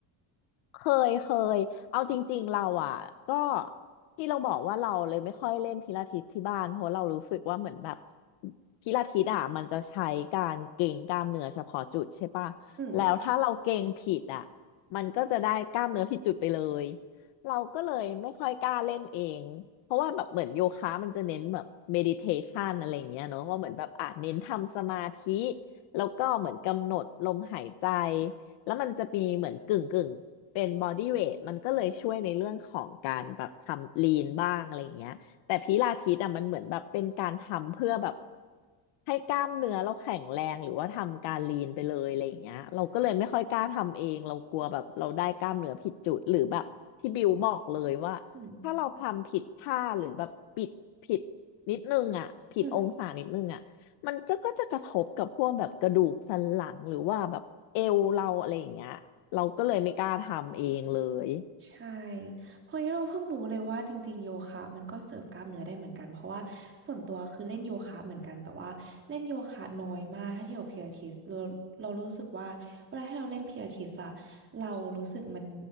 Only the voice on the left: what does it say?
เคยเคยเอาจริงๆเราอ่ะก็ที่เราบอกว่าเราเลยไม่ค่อยเล่นพิลาทิสที่บ้านเพราะเรารู้สึกว่าเหมือนแบบพิลาทิสอ่ะมันจะใช้การเกร็งกล้ามเนื้อเฉพาะจุดใช่ปะแล้วถ้าเราเกร็งผิดอ่ะ
มันก็จะได้กล้ามเนื้อผิดจุดไปเลยเราก็เลยไม่ค่อยกล้าเล่นเองเพราะว่าแบบเหมือนโยคะมันจะเน้นแบบเมดิเทชันอะไรอย่างเงี้ยเนอะว่าเหมือนแบบอ่ะเน้นทำสมาธิแล้วก็เหมือนกำหนดลมหายใจแล้วมันจะมีเหมือนกึ่งกึ่ง เป็นบอดี้เวทมันก็เลยช่วยในเรื่องของการแบบทำลีนบ้างอะไรอย่างเงี้ยแต่พิลาทิสอ่ะมันเหมือนแบบเป็นการทำเพื่อแบบให้กล้ามเนื้อเราแข็งแรงหรือว่าทำการลีนไปเลยอะไรอย่างเงี้ยเราก็เลยไม่ค่อยกล้าทำเองเรากลัวแบบเราได้กล้ามเนื้อผิดจุดหรือแบบที่บิวบอกเลยว่าถ้าเราทำผิดท่าหรือแบบปิดผิดนิดนึงอ่ะผิดองศานิดนึงอ่ะมันก็ก็จะกระทบกับพวกแบบกระดูกสันหลังหรือว่าแบบ
เอวเราอะไรอย่างเงี้ยเราก็เลยไม่กล้าทำเองเลย